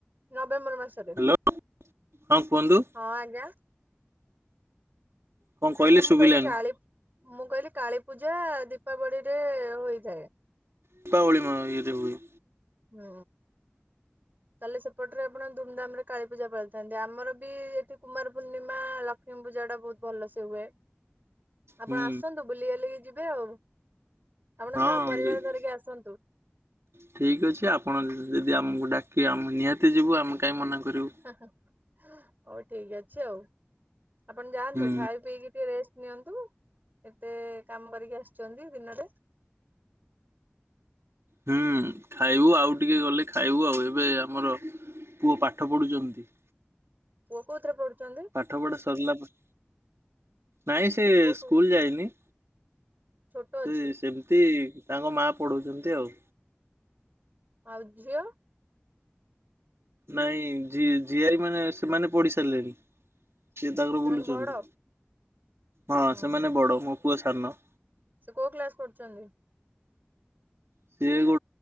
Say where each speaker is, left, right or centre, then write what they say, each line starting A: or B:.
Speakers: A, on the right; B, on the right.
A: ନଭେମ୍ବର ମାସ। ରେ।
B: ହ୍ୟାଲୋ ହଁ କୁହନ୍ତୁ
A: ହଁ ଆଜ୍ଞା।
B: କଣ କହିଲେ
A: ଆଜ୍ଞା ମୁଁ
B: ଶୁଭିଲାନି
A: କହିଲି କାଳୀ, ମୁଁ କହିଲି କାଳୀ ପୂଜା ଦୀପାବଳିରେ ହୋଇଥାଏ।
B: ଦୀପାବଳି ମା ଇଏଦେ ହୁଏ।
A: ହୁଁ। ତାହେଲେ ସେପଟରେ ଆପଣ ଧୁମଧାମରେ କାଳୀ ପୂଜା ପାଳିଥାନ୍ତି। ଆମର ବି ଏଠି କୁମାର ପୂର୍ଣ୍ଣିମା ଲ କ୍ଷ୍ମୀ ପୂଜା ଟା ବହୁତ ଭଲସେ ହୁଏ। ଆପଣ
B: ହୁଁ
A: ଆସନ୍ତୁ, ବୁଲିବାଲିକି ଯିବେ ଆଉ। ଆପଣ
B: ହଁ
A: ସପରିବାର
B: ଯିବି।
A: ଧରିକି ଆସନ୍ତୁ।
B: ଠିକ୍ ଅଛି, ଆପଣ ଯ ଯଦି ଆମକୁ ଡାକିବେ, ଆମେ ନିହାତି ଯିବୁ, ଆମେ କାହିଁ ମନା କରିବୁ।
A: ହଉ ଠିକ ଅଛି ଆଉ ଆପଣ ଯାଆନ୍ତୁ
B: ହୁଁ
A: ଖାଇ ପିଇକି ଟିକେ ରେଷ୍ଟ ନିଅନ୍ତୁ ଏତେ କାମ କରିକି ଆସିଛନ୍ତି ଦିନରେ।
B: ହୁଁ ଖାଇବୁ ଆଉ ଟିକେ ଗଲେ ଖାଇବୁ ଆଉ ଏବେ ଆମର ପୁଅ ପାଠ ପଢୁଚନ୍ତି।
A: ପୁଅ କୋଉଥିରେ ପଢୁଚନ୍ତି?
B: ପାଠ ପଢା ସରିଲା ପରେ ନାଇଁ ସେ
A: ପୁଅ କୋଉ
B: ସ୍କୁଲ ଯାଇନି।
A: ଛୋଟ ଅଛି
B: ସେ ସେମିତି ତାଙ୍କ ମା ପଢଉଚନ୍ତି ଆଉ।
A: ଆଉ ଝିଅ।
B: ନାଇଁ ଝି ଝିଆରି ମାନେ ସେମାନେ ପଢି ସାରିଲେଣି। ସିଏ ତାଙ୍କର
A: ସେମାନେ
B: ବୁଲୁଛନ୍ତି
A: ବଡ
B: ହଁ
A: ହୁଁ
B: ସେମାନେ ବଡ ମୋ ପୁଅ ସାନ।
A: ସେ କୋଉ କ୍ଲାସ କରୁଚନ୍ତି?
B: ସିଏ ଗୋ